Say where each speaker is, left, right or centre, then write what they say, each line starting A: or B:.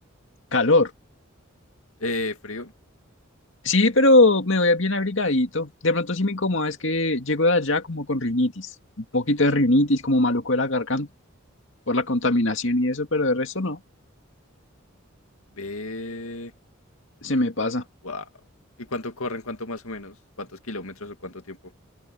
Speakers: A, on the left; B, on the left.
A: Calor.
B: Eh, frío.
A: Sí, pero me voy bien abrigadito. De pronto sí me incomoda es que llego de allá como con rinitis, un poquito de rinitis, como maluco de la garganta por la contaminación y eso, pero de resto no,
B: Ve.
A: se me pasa.
B: Wow. ¿Y cuánto corren? ¿Cuánto más o menos? ¿Cuántos kilómetros o cuánto tiempo?